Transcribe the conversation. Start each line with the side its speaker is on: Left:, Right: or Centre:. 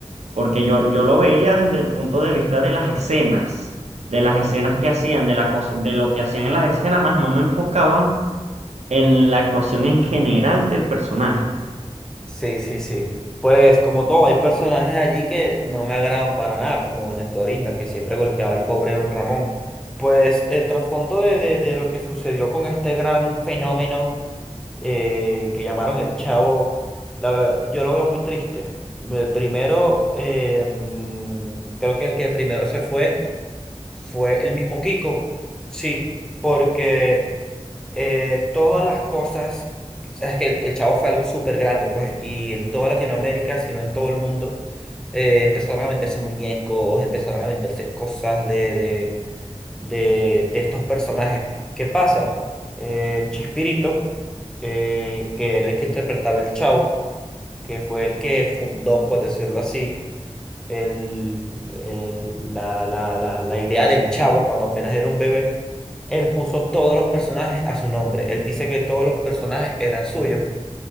Right: porque yo, yo lo veía desde el punto de vista de las escenas, de las
Centre: Mm.
Right: escenas que hacían, de la cosa, de lo que hacían en las escenas, más no me enfocaba en la actuación en general del personaje.
Centre: Sí, sí, sí. Pues como todo, hay personajes allí que no me agradan para nada, como Doña Florinda, que siempre golpeaba al pobre Don Ramón. Pues el trasfondo de, de- de lo que sucedió con este gran fenómeno eh, que llamaron el Chavo, la ver- yo lo veo muy triste. Me- Primero, eh, mm, creo que el que primero se fue fue el mismo Kiko, sí, porque eh, todas las cosas, o sea, es que el, el Chavo fue algo súper grande, pues, y en toda Latinoamérica, si no en todo el mundo, eh, empezaron a venderse muñecos, empezaron a venderse cosas de, de, de, de estos personajes. ¿Qué pasa? Eh, Chespirito, eh, que era el que interpretaba el Chavo, que fue el que fundó, por decirlo así, el- el- la, la- la- la idea del chavo cuando apenas era un bebé, él puso todos los personajes a su nombre. Él dice que todos los personajes eran suyos,